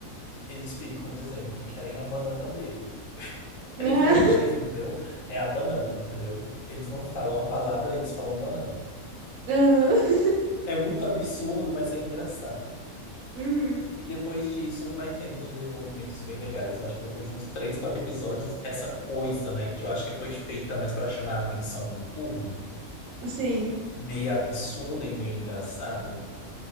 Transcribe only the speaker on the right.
ah,
uhum,
uhum,
sim.